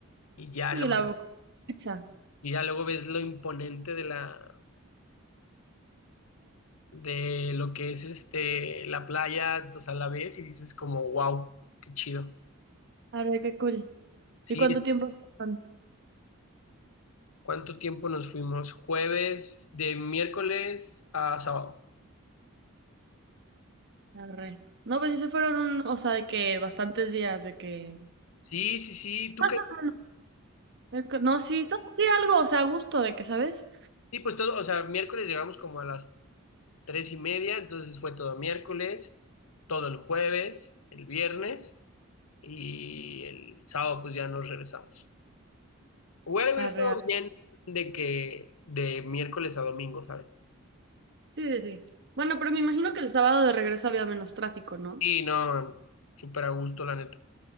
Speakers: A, on the left; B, on the right.
A: y ya,
B: Sí,
A: la-
B: la fecha.
A: y ya luego ves lo imponente de la, de lo que es este, la playa, o sea, la ves y dices como, wow, qué chido.
B: Arre, qué cool.
A: Sí,
B: ¿Y cuánto tiempo fueron?
A: ¿cuánto tiempo nos fuimos? Jueves, de miércoles a sábado.
B: Arre. No, pues sí se fueron un... O sea, de que bastantes días, de que...
A: Sí, sí, sí, tú
B: Más
A: qué,
B: o menos. El co- No, sí, no, sí, algo, o sea, a gusto de que, ¿sabes?
A: sí, pues todo, o sea, miércoles llegamos como a las tres y media, entonces fue todo miércoles, todo el jueves, el viernes y el sábado pues ya nos regresamos. Hubiera hubiera
B: Arre,
A: estado
B: a-
A: bien de que de miércoles a domingo, ¿sabes?
B: Sí, sí, sí. Bueno, pero me imagino que el sábado de regreso había menos tráfico, ¿no?
A: Y no, súper a gusto la neta.